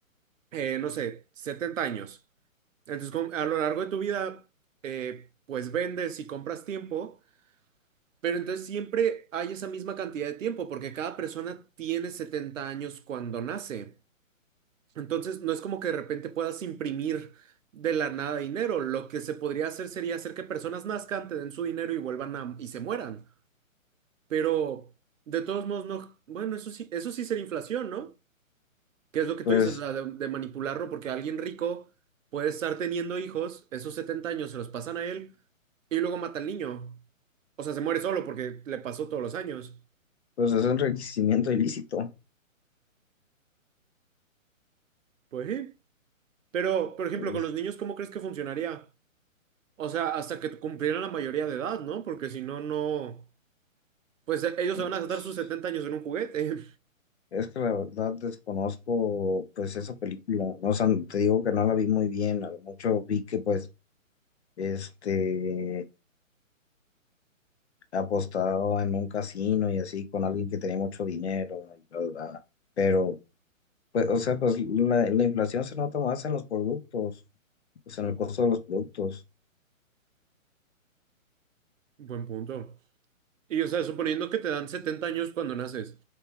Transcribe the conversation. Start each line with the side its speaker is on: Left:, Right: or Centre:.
Right: eh, no sé, 70 años. Entonces, com- a lo largo de tu vida, eh, pues vendes y compras tiempo, pero entonces siempre hay esa misma cantidad de tiempo, porque cada persona tiene 70 años cuando nace. Entonces, no es como que de repente puedas imprimir de la nada dinero. Lo que se podría hacer sería hacer que personas nazcan, te den su dinero y vuelvan a, y se mueran. Pero, de todos modos, no. Bueno, eso sí, eso sí sería inflación, ¿no? ¿Qué es lo que
Left: Pues,
Right: tú dices? O sea, de, de manipularlo, porque alguien rico puede estar teniendo hijos, esos 70 años se los pasan a él y luego mata al niño. O sea, se muere solo porque le pasó todos los años.
Left: pues es un enriquecimiento ilícito.
Right: Pues sí. Pero, por ejemplo,
Left: Es,
Right: con los niños, ¿cómo crees que funcionaría? O sea, hasta que cumplieran la mayoría de edad, ¿no? Porque si no, no. Pues eh, ellos
Left: pues,
Right: se van a gastar sus 70 años en un juguete.
Left: es que la verdad desconozco pues esa película. No, o sea, te digo que no la vi muy bien. A lo mucho vi que pues este apostaba en un casino y así con alguien que tenía mucho dinero y bla, bla, bla. Pero, pues, o sea, pues la, la inflación se nota más en los productos, pues en el costo de los productos.
Right: <laughs> Buen punto. Y, o sea, suponiendo que te dan 70 años cuando naces,